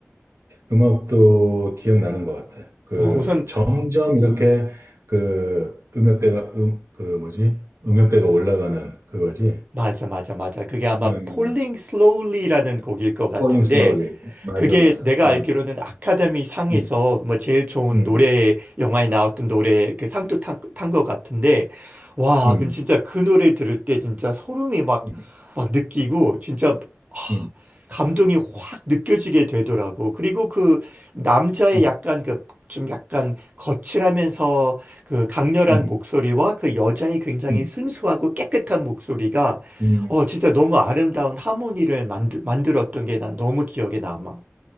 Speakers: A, on the right; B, on the right.
A: 음악도 기억나는 것 같아. 그,
B: 어, 우선
A: 점점 이렇게 그, 음역대가, 음, 그 뭐지? 음역대가 올라가는 그거지.
B: 맞아 맞아 맞아. 그게 아마
A: 응,
B: Falling
A: 응, 응.
B: Slowly라는 곡일 것 같은데
A: Falling slowly. 맞아,
B: 그게
A: 맞아.
B: 내가
A: 응,
B: 알기로는 아카데미 상에서
A: 응,
B: 뭐 제일 좋은
A: 응,
B: 노래, 영화에 나왔던 노래 그 상도 탄, 탄것 같은데, 와,
A: 응,
B: 그 진짜 그 노래 들을 때 진짜 소름이 막,
A: 응,
B: 막 느끼고, 진짜, 하,
A: 응,
B: 감동이 확 느껴지게 되더라고. 그리고 그 남자의
A: 응,
B: 약간 그, 좀 약간 거칠하면서 그 강렬한
A: 응,
B: 목소리와 그 여자의 굉장히
A: 응,
B: 순수하고 깨끗한 목소리가
A: 응. 응.
B: 어, 진짜 너무 아름다운 하모니를 만드, 만들었던 게 난 너무 기억에 남아.